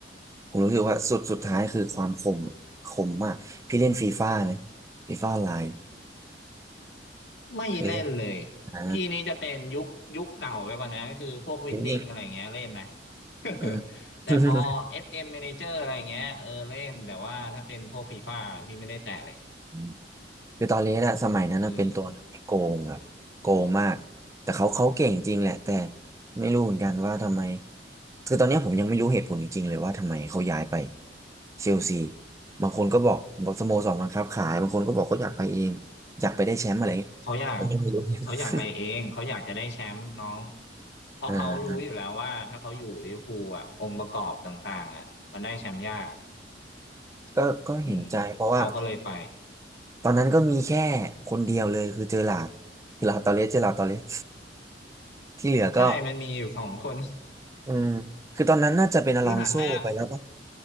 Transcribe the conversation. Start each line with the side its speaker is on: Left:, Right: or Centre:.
Right: ผมรู้สึกว่าสุดสุดท้ายคือความคมคมมากพี่เล่นฟีฟ่าไหมฟีฟ่าออนไลน์
Left: ไม่เล่นเลย
Right: เคยเล่นอ่า
Left: พี่นี่จะเป็นยุคยุคเก่าไปกว่านะก็คือพวกวินนิ่งอะไรอย่างเงี้ยเล่นนะ
Right: เป็นเด็ก
Left: <laughs>
Right: อืม
Left: แต่พอ
Right: <laughs>
Left: FM Manager อะไรอย่างเงี้ยเออเล่นแต่ว่าถ้าเป็นพวกฟีฟ่าพี่ไม่ได้แตะเลย
Right: อืมคือตอนเล่นอะสมัยนั้นนะเป็นตัวที่โกงครบโกงมากแต่เขาเขาเก่งจริงแหละแต่
Left: อืม
Right: ไม่รู้เหมือนกันว่าทำไมคือตอนเนี้ยผมยังไม่รู้เหตุผลจริงๆเลยว่าทำไมเขาย้ายไปเชลซีบางคนก็บอกบอกสโมสรบังคับขายบางคนก็บอกเขาอยากไปเองอยากไปได้แชมป์อะไรอย่างเงี้ย
Left: เขาอยาก
Right: <laughs> ผมยังไม่รู้
Left: เขาอยากไปเองเขาอยากจะได้แชมป์น้อง
Right: <laughs>
Left: เพราะเขารู้อยู่แล้วว่าถ้าเขาอยู่ลิเวอร์พูลอ่ะองค์ประกอบต่างๆอ่ะมันได้แชมป์ยาก
Right: อ่าก็ก็เห็นใจเพราะว่า
Left: อืมเขาก็เลยไป
Right: ตอนนั้นก็มีแค่คนเดียวเลยคือเจอหลาดเจอหลาดตอเลสเจอหลาดตอเลส <laughs> ที่เหลือก็
Left: ใช่มันมีอยู่สองคน
Right: อืมคือตอนนั้นน่าจะเป็นอลองโซไปแล้วปะ
Left: <laughs> คือหันหน้า